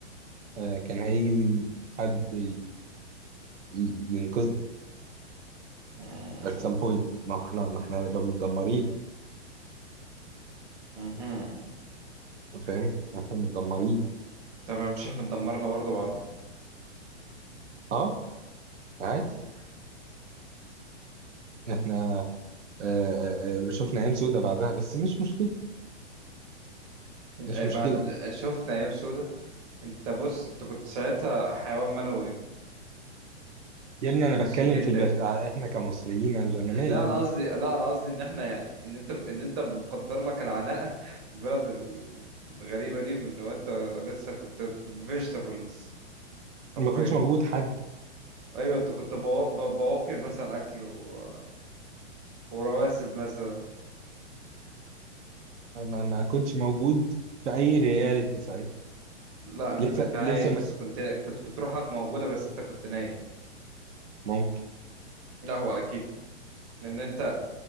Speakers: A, on the right; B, on the right.
A: آه، كان هيجي حد ي- ينقذنا
B: مم.
A: at some point ما احنا ما احنا هنبقى متدمرين
B: مهم.
A: أنت فاهم احنا متدمرين
B: طبعا مش إحنا اتدمرنا برضه بعدها
A: اه عادي
B: مم.
A: احنا آه آه آه، شفنا ايام سودة بعدها بس مش مشكله
B: أي
A: مش مشكله
B: بعد شفنا أيام سودة أنت بص أنت كنت ساعتها حيوان منوي
A: يا ابني
B: في
A: انا
B: خصية
A: بتكلم
B: جدك
A: في البش... آه، احنا كمصريين انا مش انا مالي
B: لا أنا
A: انا
B: قصدي لا أنا قصدي إن إحنا يعني إن أنت إن أنت مقدر لك العناء في البلد الغريبة دي من وأنت لسه كنت فيجيتابلز حرفيا
A: ما كنتش موجود حد
B: ايوه انت كنت بوا- ب- بواقي مثلا اكل و... ورواسب مثلا
A: ما, ما كنتش موجود في اي رياليتي ساعتها
B: لا انت
A: لسه
B: كنت عايش
A: لسه ما...
B: بس كنت كنت كنت روحك موجوده بس انت كنت نايم
A: ممكن
B: لا هو اكيد لان انت